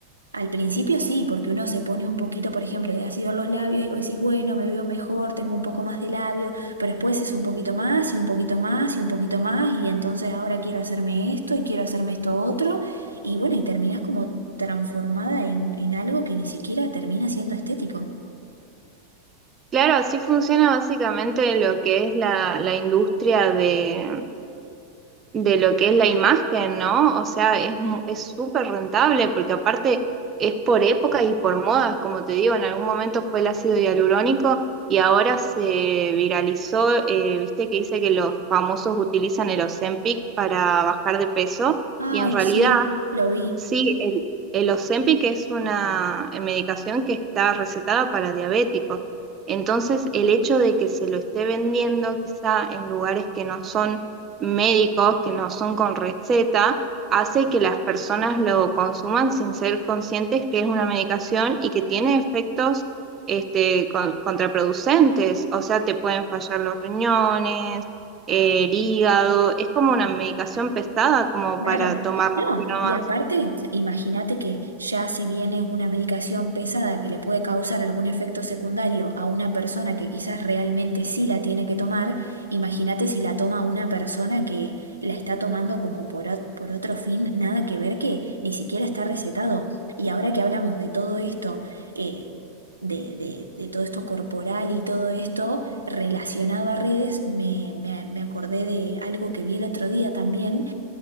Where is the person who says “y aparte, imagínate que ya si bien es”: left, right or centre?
Right